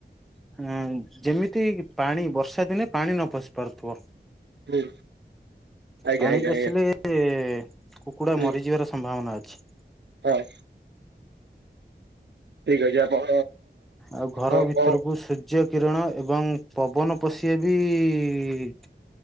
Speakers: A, in the centre; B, on the right (about 70°).
A: ନାଇ ଯେମିତି ପାଣି ବର୍ଷା ଦିନେ ପାଣି ନ ପଶି ପାରୁଥିବ।
B: ହୁଁ। ଆଜ୍ଞା
A: ପାଣି
B: ଆଜ୍ଞା
A: ପଶିଲେ
B: ଆଜ୍ଞା
A: ଏ-ଏ କୁକୁଡ଼ା
B: ହୁଁ
A: ମରିଯିବାର ସମ୍ଭାବନା ଅଛି।
B: ହଁ। ଠିକ୍ ଅଛି ଆପଣ
A: ଆଉ
B: ଆପଣଙ୍କ
A: ଘର ଭିତରକୁ ସୂର୍ଯ୍ୟ କିରଣ ଏବଂ ପବନ ପସିଆ ବି ଇ-ଇ-ଇ